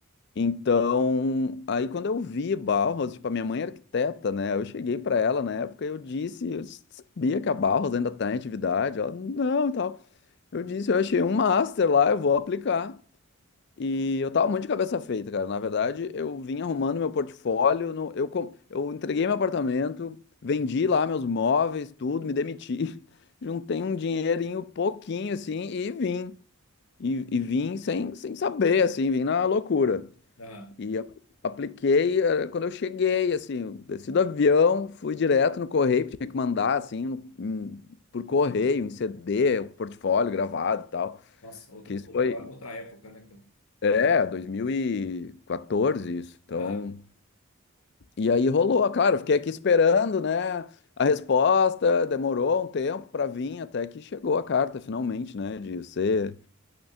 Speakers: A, on the left; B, on the left.
A: Então, aí quando eu vi Bauhaus, tipo, a minha mãe é arquiteta, né? Eu cheguei para ela na época e eu disse, eu sabia que a Bauhaus ainda tá em atividade. Ela, não, e tal. Eu disse, eu achei um master lá, eu vou aplicar. E eu tava muito de cabeça feita, cara. Na verdade, eu vim arrumando meu portfólio, no- eu, com- eu entreguei meu apartamento, vendi lá meus móveis, tudo, me demiti, <laughs> juntei um dinheirinho pouquinho, assim, e vim. E, e vim sem, sem saber, assim, vim na loucura.
B: Aham.
A: E eu apliquei, eh, quando eu cheguei, assim, eu desci do avião, fui direto no correio, porque tinha que mandar, assim, no- em- por correio, em CD, o portfólio gravado e tal.
B: Nossa, outro,
A: Que isso
B: outro,
A: foi,
B: outra época, né, cara?
A: é, 2014, isso. Então,
B: Aham.
A: e aí rolou, claro, eu fiquei aqui esperando, né, a resposta, demorou um tempo para vir, até que chegou a carta, finalmente, né, de você,